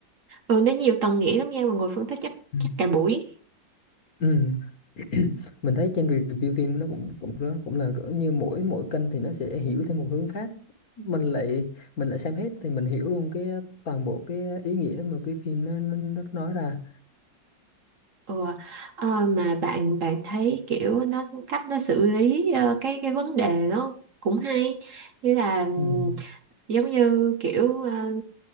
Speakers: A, on the right; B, on the left.
A: ừ nó nhiều tầng nghĩa lắm nha mà ngồi phân tích chắc
B: ừ.
A: chắc cả buổi
B: Ừ. <clears throat> mình thấy trên review phim nó cũng cũng đó cũng là cỡ như mỗi mỗi kênh thì nó sẽ hiểu theo một hướng khác mình lại mình lại xem hết thì mình hiểu luôn cái uh, toàn bộ cái uh, ý nghĩa mà cái phim nó nó, nó nói ra
A: Ừ. Ờ, mà bạn bạn thấy kiểu nó cách nó xử lý ờ, cái cái vấn đề nó cũng hay như là ừm,
B: ừ,
A: giống như kiểu ờ,